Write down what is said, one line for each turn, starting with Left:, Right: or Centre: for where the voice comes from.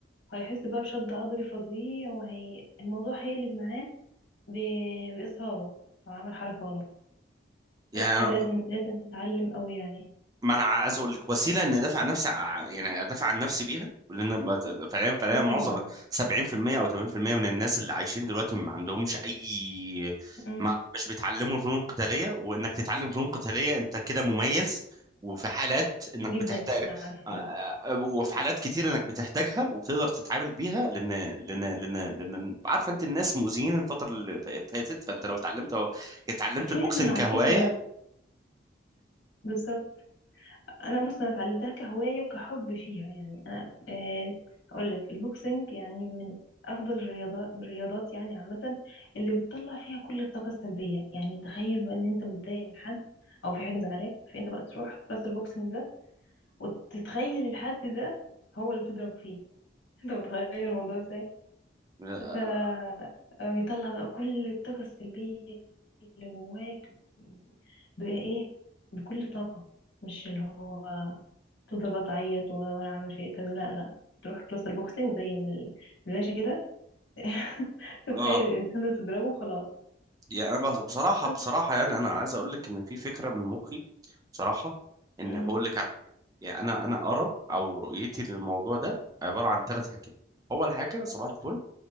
Left: هيحس بقى بشد عضلي فظيع وهي الموضوع هيقلب معاه ب- بإصابة لو عمل حركة غلط
Right: يعني
Left: فلا لازم لازم تتعلم قوي يعني
Right: ما انا عايز اقول لك وسيله ان ادافع عن نفسي ع- يعني ادافع عن نفسي بيها لان ما- فعليا فعليا
Left: اه
Right: معظم
Left: طبعا
Right: 70% او 80% من الناس اللي عايشين دلوقتي ما عندهمش اي
Left: امم
Right: ما مش بيتعلموا فنون قتاليه وانك تتعلم فنون قتاليه انت كده مميز وفي حالات انك
Left: جدا
Right: بتحتاجها
Left: على فكرة
Right: آه، آه، آه، وفي حالات كتير انك بتحتاجها وبتقدر تتعامل بيها لان لان لان لان عارفه انت الناس مؤذيين الفتره اللي فاتت فانت لو اتعلمت اتعلمت البوكسنج
Left: فعلا على
Right: كهوايه
Left: فكرة بالظبط انا بص انا اتعلمتها كهواية وكحب فيها يعني انا آه اقول لك البوكسنج يعني من افضل الرياضات الرياضات يعني عامة اللي بتطلع فيها كل الطاقة السلبية يعني تخيل بقى ان انت متضايق من حد او في حاجة مزعلاك فانت بقى تروح كلاس البوكسنج ده وتتخيل الحد ده هو اللي بتضرب فيه <laughs> انت متخيل الموضوع ازاي
Right: اه
Left: فبيطلع بقى كل الطاقة السلبية اللي جواك بقى ايه بكل طاقة مش اللي هو تفضل بقى تعيط و- وانا عامل فيه كذا لا لا تروح كلاس البوكسينج زي ال- الباشا كده <laughs> تتخيل
Right: آه،
Left: الانسان ده تضربه وخلاص
Right: يعني انا بص- بصراحه
Left: بس
Right: بصراحه يعني انا عايز اقول لك ان في فكره من مخي بصراحه ان
Left: مم.
Right: هقول لك على حاجه يعني انا انا ارى او رؤيتي للموضوع ده عباره عن ثلاث حاجات اول حاجه صباح الفل